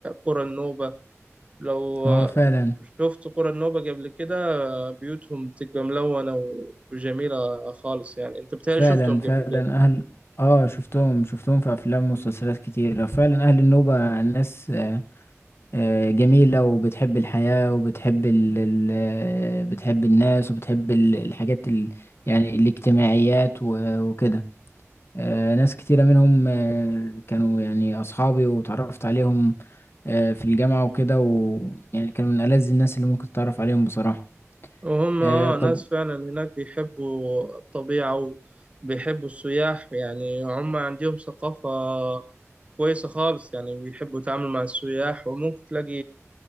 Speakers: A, on the right; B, on the left.
A: قرى النوبة لو
B: هو فعلا
A: شفت قرى النوبة قبل كده بيوتهم بتبقى ملونة وجميلة خالص يعني أنت بتهيألي
B: فعلا
A: شفتهم
B: فعلا
A: قبل كده
B: أهل آه شفتهم شفتهم في أفلام ومسلسلات كتير فعلا أهل النوبة ناس آه، جميلة وبتحب الحياة وبتحب ال ال آه، بتحب الناس وبتحب ال- الحاجات ال يعني الاجتماعيات و- وكده آه، ناس كتيرة منهم آه، كانوا يعني أصحابي وتعرفت عليهم آه، في الجامعة وكده ويعني كانوا من ألذ الناس اللي ممكن تتعرف عليهم بصراحة
A: وهم
B: آه،
A: آه
B: طب
A: ناس فعلا هناك بيحبوا الطبيعة وبيحبوا السياح يعني هم عندهم ثقافة كويسة خالص يعني بيحبوا يتعاملوا مع السياح وممكن تلاقي